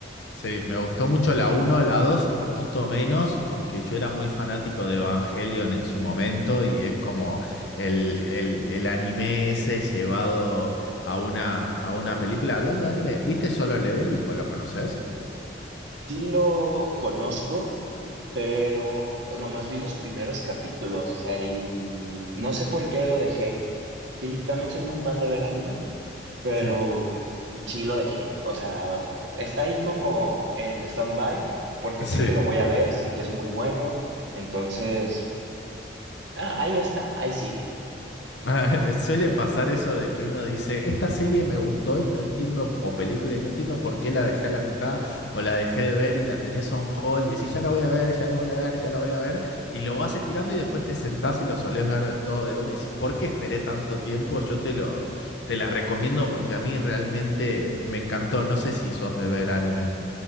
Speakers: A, on the left; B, on the right.
A: Sí, me gustó mucho la uno, la 2, un poquito menos, porque yo era muy fanático de Evangelion en su momento y es como el, el- el anime ese llevado a una, a una película. Hablando de anime, ¿viste Solo Leveling o lo conoces?
B: sí lo conozco, pero nomás vi los primeros capítulos, o sea, y no sé por qué lo dejé. Sí, también soy muy fan de ver anime, pero
A: Sí,
B: sí lo dejé. O sea, está ahí como en stand-by porque
A: sí.
B: sé que lo voy a ver, sé que es muy bueno. Entonces, ah, ahí está, ahí sigue.
A: <laughs> Suele pasar eso de que uno dice, esta serie me gustó y no entiendo, o película, y no entiendo por qué la dejé a la mitad, o la dejé de ver y la tenés on hold, y decís, ya la voy a ver, ya la voy a ver, ya la voy a ver, y lo vas estirando y después te sentás y lo solés ver todo de una y decís, ¿por qué esperé tanto tiempo? Yo te lo, te la recomiendo porque a mí realmente me encantó. No sé si sos de ver anime.